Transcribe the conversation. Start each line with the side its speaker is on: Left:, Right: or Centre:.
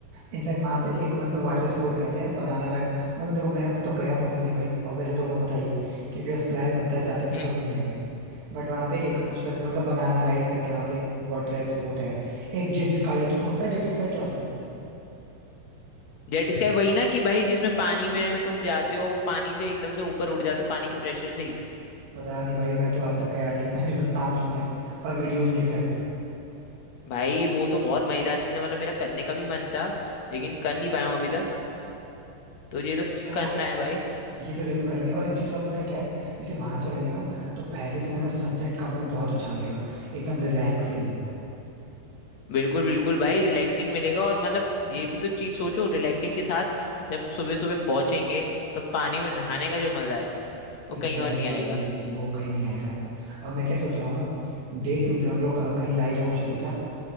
Right: इनफैक्ट वहां पे एक मतलब वाटर स्पोर्ट कहते हैं बनाना राइड मतलब देखो मैं तो गया तो हूँ नहीं भाई ऑब्वियसली तुमको पता ही है क्योंकि बस प्लान बनता है जाते तो
Left: हम्म
Right: हम लोग कहीं है नहीं बट वहां पे एक कुछ करके मतलब बनाना राइड करके वहां पे एक वाटर स्पोर्ट है एक जेट स्काई है तुमको पता है जेट स्काई क्या होता है
Left: जेट स्काई वही ना कि भाई जिसमें पानी में है ना तुम जाते हो वो पानी से एकदम से ऊपर उड़ जाते हो पानी के प्रेशर से ही
Right: पता नहीं भाई मैं तो आज तक गया नहीं <laughs> मैंने बस नाम सुने हैं और वीडियोस देखा है
Left: भाई वो तो बहुत मजेदार चीज है मतलब मेरा करने का भी मन था लेकिन कर नहीं पाया हूँ अभी तक तो ये तो
Right: तो
Left: करना है भाई
Right: ये तो जरूर करेंगे
Left: हम्म
Right: और एक चीज और पता है क्या है जैसे वहां चलेंगे ना तो पहले दिन हमें सनसेट का व्यू बहुत अच्छा मिलेगा एकदम रिलैक्सिंग
Left: बिल्कुल बिल्कुल भाई रिलैक्सिंग मिलेगा और मतलब ये भी तो चीज सोचो रिलैक्सिंग के साथ जब सुबह सुबह पहुंचेंगे तो पानी में नहाने का जो मजा है वो
Right: एग्जैक्टली
Left: कहीं और नहीं आएगा
Right: exactly, वो कहीं नहीं आएगा अब मैं क्या सोच रहा हूँ ना डे टू पे हम लोग अ, कहीं लाइट हाउस चलें क्या